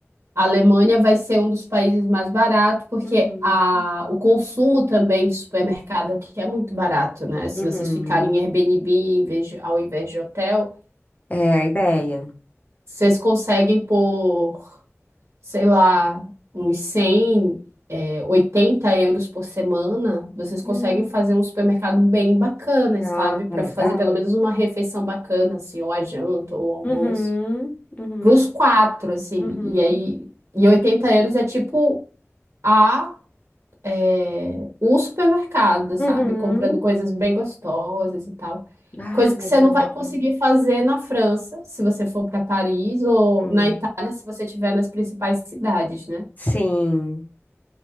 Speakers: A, on the right (about 70°); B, on the left (about 35°).
A: a Alemanha vai ser um dos países mais baratos, porque
B: Uhum,
A: a, o consumo também de supermercado aqui é muito barato, né? Se
B: uhum.
A: vocês ficarem em Airbnb em vez de- ao invés de hotel,
B: É a ideia.
A: vocês conseguem por sei lá, uns 100, é, 80 euros por semana, vocês conseguem
B: Hum,
A: fazer um supermercado bem bacana,
B: ah,
A: sabe? Para
B: legal.
A: fazer pelo menos uma refeição bacana, assim, ou a janta, ou o almoço.
B: Uhum, uhum,
A: Para os quatro, assim.
B: uhum,
A: E aí, e 80 euros é tipo a, é, o supermercado, sabe?
B: uhum.
A: Comprando coisas bem gostosas e tal.
B: Ah,
A: Coisa que
B: legal.
A: você não vai conseguir fazer na França, se você for para Paris, ou
B: Hum.
A: na Itália, se você estiver nas principais cidades, né?
B: Sim.